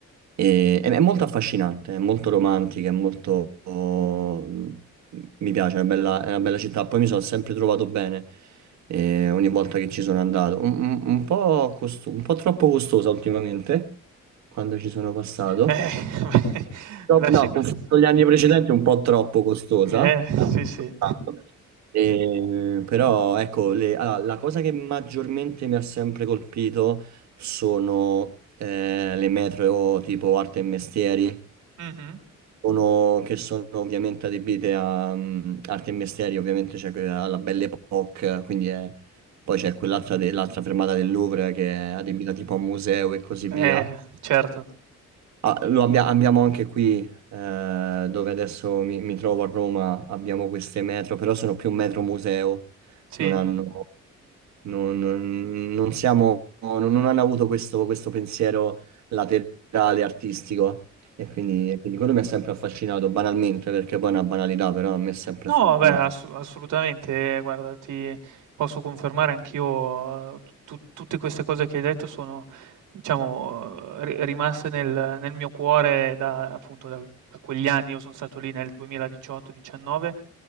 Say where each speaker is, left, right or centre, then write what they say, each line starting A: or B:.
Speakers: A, on the right (about 70°); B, on the right (about 85°).
A: E- è, è molto affascinante, è molto romantica, è molto... oh, mi piace, è una bella, è una bella città. Poi mi sono sempre trovato bene eh, ogni volta che ci sono andato. Un, un- un po' costo- un po' troppo costosa ultimamente, quando ci sono passato.
B: Eh, <laughs>
A: No,
B: beh, lasci
A: no,
B: che
A: confronto
B: <laughs>
A: agli anni precedenti è un po' troppo costosa,
B: Eh, sì, sì.
A: Ah, Eh, però ecco, le- allora, la cosa che maggiormente mi ha sempre colpito sono eh, le metro tipo arte e mestieri,
B: Mh-mh.
A: sono- che sono ovviamente adibite a mm, arte e mestieri, ovviamente c'è quella- alla Belle Époque, quindi è- poi c'è quell'altra de- l'altra fermata del Louvre che è adibita tipo a museo e così
B: Eh,
A: via.
B: certo.
A: Ah, lo abbia- abbiamo anche qui, eh, dove adesso mi, mi trovo a Roma, abbiamo queste metro, però sono più metro museo,
B: Sì.
A: non Mm. hanno, non, non- non siamo, non, non hanno avuto questo, questo pensiero laterale artistico e quindi, e quindi quello mi ha sempre affascinato, banalmente, perché poi è una banalità, però a me è sempre
B: No,
A: affascinato.
B: beh, ass assolutamente, eh, guarda, ti posso confermare anch'io, uhm, tu tutte queste cose che hai detto sono, diciamo, eh, ri rimaste nel nel mio cuore da appunto, da da quegli anni. Io son stato lì nel 2018, 19